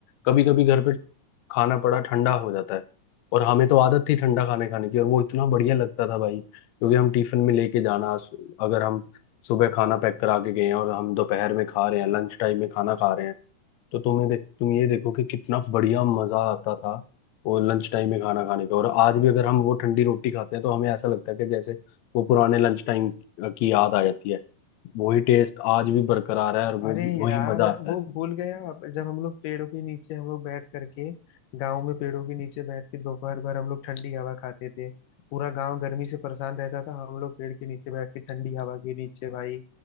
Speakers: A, on the left (about 70°); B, on the left (about 85°).
A: कभी कभी घर पे खाना पड़ा ठंडा हो जाता है और हमें तो आदत थी ठंडा खाने खाने की और वो इतना बढ़िया लगता था भाई क्योंकि हम टिफिन में लेके जाना अगर हम सुबह खाना पैक करा के गए हैं और हम दोपहर में खा रहे हैं लंच टाइम में खाना खा रहे हैं तो तुम्हें देख तुम ये देखो कि कितना बढ़िया मजा आता था वो लंच टाइम में खाना खाने का और आज भी अगर हम वो ठंडी रोटी खाते हैं तो हमें ऐसा लगता है कि जैसे वो पुराने लंच टाइम की याद आ जाती है वही टेस्ट आज भी बरकरार है और वो
B: अरे
A: भी वही
B: यार
A: मजा आता
B: वो
A: है
B: भूल गया आप जब हम लोग पेड़ों के नीचे हम लोग बैठ करके गांव में पेड़ों के नीचे बैठ के दोपहर भर हम लोग ठंडी हवा खाते थे पूरा गांव गर्मी से परेशान रहता था हम लोग पेड़ के नीचे बैठ के ठंडी हवा के नीचे भाई